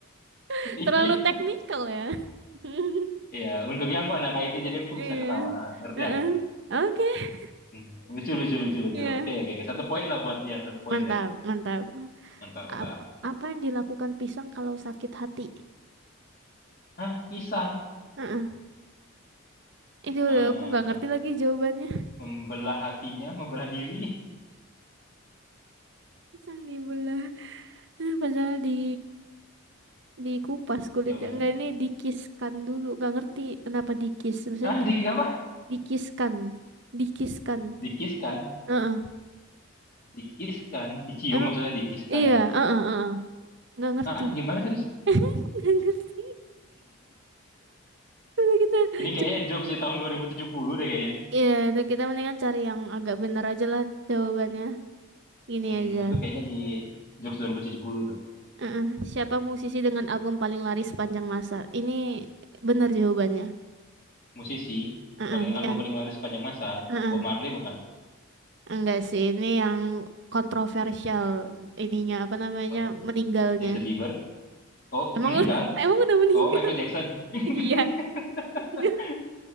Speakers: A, on the right; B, on the left.
A: <laughs>
B: Iya.
A: Terlalu teknikal ya. <laughs>
B: Iya, untungnya aku anak itu jadi aku
A: Iya.
B: bisa ketawa. Ha, ngerti
A: Heeh.
B: aku. ngerti.
A: Oke. <laughs>
B: Hmm. Lucu lucu lucu lucu.
A: Iya.
B: Oke oke. oke. Satu poin lah buat dia. Satu poin
A: Mantap, mantap.
B: Mentah-mentah.
A: Apa, apa yang dilakukan pisang kalau sakit hati?
B: Ah, pisang.
A: Heeh. Itu
B: Eh,
A: udah aku nggak ngerti lagi jawabannya.
B: membelah hatinya, membelah diri.
A: Pisang dibelah, eh, padahal di dikupas kulitnya.
B: <laughs> Jawabannya.
A: Enggak, ini dikiskan dulu. Nggak ngerti kenapa dikis. Maksudnya
B: Ah,
A: di,
B: di apa?
A: dikiskan, dikiskan.
B: Dikiskan.
A: Heeh.
B: Dikiskan. Dicium
A: Emang
B: maksudnya dikiskan.
A: iya, heeh, heeh. Nggak ngerti.
B: Ah, gimana terus? <laughs>
A: <laughs> Nggak ngerti. Udah kita
B: Ini kayaknya
A: cari.
B: jokes di tahun 2070 deh kayaknya. nih.
A: Iya, udah kita mendingan cari yang agak bener aja lah jawabannya. Gini
B: Hmm,
A: aja.
B: itu kayaknya di jokes 2070 tuh.
A: Heeh. Siapa musisi dengan album paling laris sepanjang masa? Ini benar jawabannya.
B: Musisi,
A: Heeh,
B: paling album
A: ya.
B: paling laris sepanjang masa.
A: Heeh.
B: Bob Marley bukan?
A: Enggak sih, ini yang kontroversial ininya apa namanya?
B: Eh,
A: meninggalnya.
B: Jason Bieber. Oh,
A: Emang
B: meninggal?
A: <laughs> emang udah meninggal?
B: Oh, Michael
A: <laughs>
B: Jackson.
A: Iya.
B: <laughs>
A: <laughs>